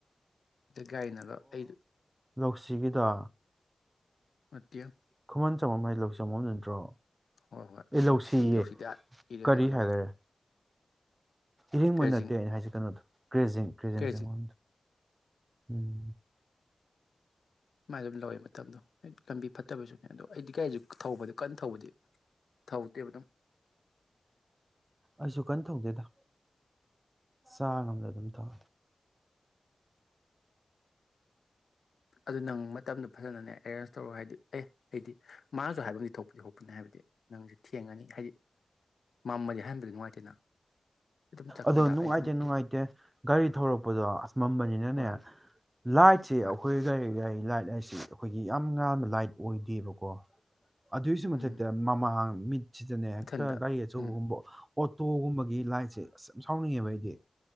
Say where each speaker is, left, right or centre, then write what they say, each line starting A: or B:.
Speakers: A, on the left; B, on the right.
A: ꯒꯥꯏꯅꯂꯣ ꯑꯩꯗꯨ
B: ꯂꯧꯁꯤꯒꯤꯗ
A: ꯑꯌꯥ
B: ꯈꯨꯃꯟ ꯆꯃꯝ ꯍꯥꯏꯗꯤ ꯂꯧ ꯆꯃꯝ ꯅꯠꯇ꯭ꯔꯣ
A: ꯍꯣꯏ ꯍꯣꯏ
B: ꯑꯦ ꯂꯧꯁꯤꯌꯦ
A: ꯂꯧꯁꯤ ꯂꯧꯁꯤꯗꯤ ꯑꯥ ꯏꯔꯦꯡꯕ
B: ꯀꯔꯤ
A: ꯂꯣꯝꯗ
B: ꯍꯥꯏꯈꯔꯦ ꯏꯔꯤꯡꯕ
A: ꯀꯦꯔꯖꯤꯡ
B: ꯅꯠꯇꯦ ꯑꯩꯅ ꯍꯥꯏꯁꯤ ꯀꯩꯅꯣꯗꯣ ꯀ꯭ꯔꯦꯖꯤꯡ ꯀ꯭ꯔꯦꯖꯤꯡ
A: ꯀꯦꯔꯖꯤꯡ
B: ꯆꯗ ꯎꯝ
A: ꯁꯨꯃꯥꯏꯅ ꯑꯗꯨꯝ ꯂꯧꯋꯦ ꯃꯇꯝꯗꯣ ꯑꯩ ꯂꯝꯕꯤ ꯐꯠꯇꯕꯁꯨꯅꯦ ꯑꯗꯣ ꯑꯩꯗꯤ ꯒꯥꯔꯤꯁꯨ ꯊꯧꯕꯗ ꯀꯟꯅ ꯊꯧꯕꯗꯤ ꯊꯧꯗꯦꯕ ꯑꯗꯨꯝ
B: ꯑꯩꯁꯨ ꯀꯟꯅ ꯊꯧꯗꯦꯗ ꯆꯥꯅꯕꯝꯗ ꯑꯗꯨꯝ ꯊꯧ
A: ꯑꯗꯨ ꯅꯪ ꯃꯇꯝꯗꯨ ꯐꯖꯅꯅꯦ ꯑꯦꯔꯦꯟꯖ ꯇꯧꯔ ꯍꯥꯏꯗꯤ ꯑꯦ ꯑꯩꯗꯤ ꯃꯥꯁꯨ ꯍꯥꯏꯐꯝꯗꯤ ꯊꯣꯛꯄꯗꯤ ꯍꯄꯅꯤ ꯍꯥꯏꯕꯗꯤ ꯅꯪꯁ ꯊꯦꯡꯉꯅꯤ ꯍꯥꯏꯗꯤ ꯃꯝꯃꯗꯤ ꯍꯟꯕꯗꯤ ꯅꯨꯡꯉꯥꯏꯇꯦꯅ ꯑꯗꯨꯝ ꯆꯠꯈ꯭ꯔꯣꯗ
B: ꯑꯗꯣ ꯅꯨꯡꯉꯥꯏꯇꯦ
A: ꯑꯩ ꯑꯗꯨꯝ
B: ꯅꯨꯡꯉꯥꯏꯇꯦ ꯒꯥꯔꯤ ꯊꯧꯔꯛꯄꯗꯣ ꯑꯁ ꯃꯝꯕꯅꯤꯅꯅꯦ
A: ꯍꯣꯏ
B: ꯂꯥꯏꯠꯁꯦ
A: ꯍꯣꯏ
B: ꯑꯩꯈꯣꯏ ꯌꯥꯏ ꯌꯥꯏ ꯂꯥꯏꯠ ꯍꯥꯏꯁꯤ ꯑꯩꯈꯣꯏꯒꯤ ꯌꯥꯝ ꯉꯥꯟꯕ ꯂꯥꯏꯠ ꯑꯣꯏꯗꯦꯕꯀꯣ ꯑꯗꯨꯒꯤꯁꯨ ꯃꯊꯠꯇ
A: ꯎꯝ
B: ꯃꯃꯥ ꯍꯥꯡ ꯃꯤ ꯁꯤꯗꯅꯦ ꯍꯦꯛꯇ
A: ꯏꯊꯟꯗ
B: ꯒꯥꯔꯤ ꯑꯆꯧꯕꯒꯨꯝꯕ
A: ꯎꯝ
B: ꯑꯣꯇꯣꯒꯨꯝꯕꯒꯤ ꯂꯥꯏꯠꯁꯦ ꯑ ꯁꯥꯎꯅꯤꯡꯉꯦꯕ ꯑꯩꯗꯤ